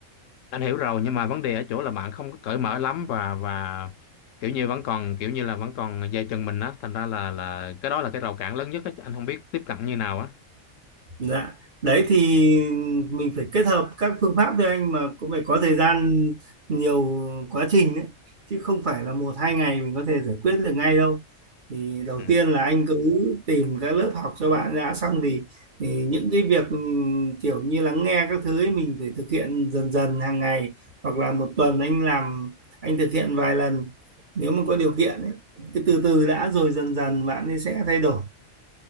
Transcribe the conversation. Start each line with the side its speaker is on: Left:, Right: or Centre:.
Left: anh hiểu rồi nhưng mà vấn đề ở chỗ là bạn không có cởi mở lắm và và kiểu như vẫn còn kiểu như là vẫn còn dây chân mình á thành ra là là cái đó là cái rào cản lớn nhất á anh không biết tiếp cận như nào á
Right: Dạ, đấy thì mình phải kết hợp các phương pháp thôi anh mà cũng phải có thời gian nhiều quá trình đấy chứ không phải là một hai ngày mình có thể giải quyết được ngay đâu. Thì đầu
Left: ừ.
Right: tiên là anh cứ tìm các lớp học cho bạn đã xong thì, thì những cái việc ừ, kiểu như lắng nghe các thứ ấy mình phải thực hiện dần dần hàng ngày hoặc là một tuần anh làm anh thực hiện vài lần nếu mà có điều kiện ấy cứ từ từ đã rồi dần dần bạn ấy sẽ thay đổi.